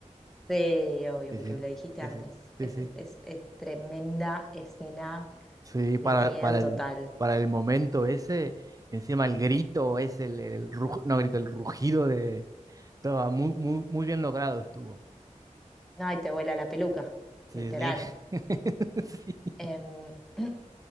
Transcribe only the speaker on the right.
Sí,
sí,
sí,
sí, sí,
sí.
Sí,
para,
para
el, para el momento ese, encima el grito, es el, el ruj- no grito, el rugido de... Estaba muy, muy, muy bien logrado estuvo.
Sí,
sí. <laughs>